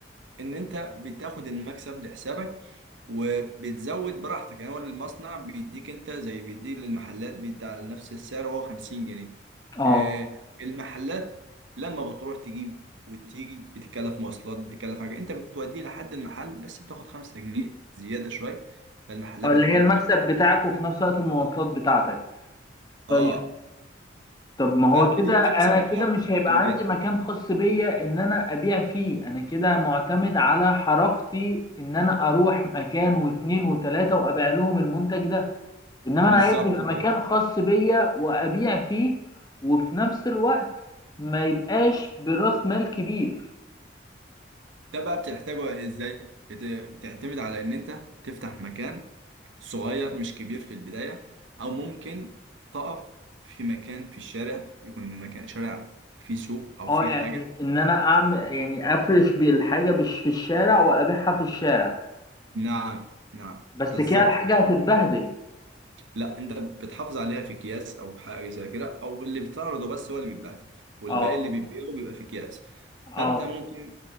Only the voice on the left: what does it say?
اه
آه، اللي
هي المكسب
بتاعك وفي نفس الوقت المواصلات بتاعتك
طيب، طب ما هو
كده انا
كده
مش
هيبقى عندي مكان خاص بيا ان انا ابيع فيه انا كده معتمد على حركتي ان انا اروح مكان واتنين وتلاتة وابيع لهم المنتج ده انما
انا عايز يبقى
مكان خاص بيا وابيع فيه وفي نفس الوقت ما يبقاش براس مال كبير
اه
يعني
ان انا اعمل يعني افرش بالحاجة بش في الشارع وابيعها في الشارع
بس
كده الحاجة
هتتبهدل
اه
اه